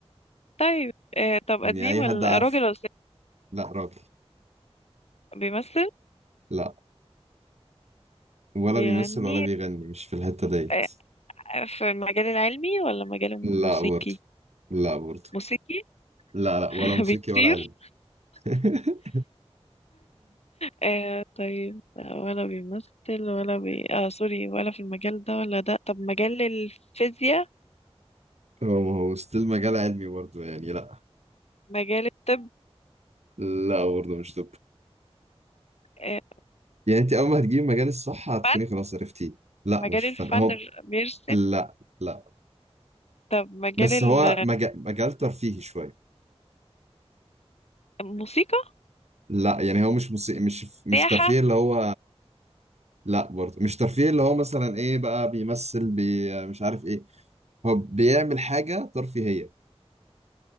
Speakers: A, on the left (about 70°); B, on the right (about 80°).
A: طيب آه طب
B: يعني
A: قديم
B: أي
A: ولا
B: حد عارفه
A: راجل ولا ست
B: لا راجل
A: بيمثل
B: لا ولا
A: بيغني
B: بيمثل ولا بيغني مش في الحتة ديت
A: آه في المجال العلمي ولا مجال
B: لا
A: موسيقي
B: برضه لا برضه
A: موسيقي
B: لا لا
A: <laughs>
B: ولا موسيقي
A: بيطير
B: ولا علم <laughs>
A: آه طيب لا، ولا بيمثل ولا بي آه سوري ولا في المجال ده ولا ده طب مجال الفيزياء
B: هو ما هو ستيل مجال علمي برضه يعني لا
A: مجال الطب
B: لا برضه مش طب
A: آه
B: يعني انت اول ما هتجيبي مجال الصح هتكوني
A: فن
B: خلاص عرفتيه لا
A: مجال
B: مش
A: الفن
B: فن هو
A: بيرسم
B: لا لا
A: طب مجال
B: بس
A: ال-
B: هو مجال, مجال ترفيهي شويه
A: الموسيقى
B: لا يعني هو مش مسي... مش مش
A: سياحة
B: ترفيه اللي هو لا برضه مش ترفيه اللي هو مثلا ايه بقى بيمثل بي... مش عارف ايه هو بيعمل حاجه ترفيهيه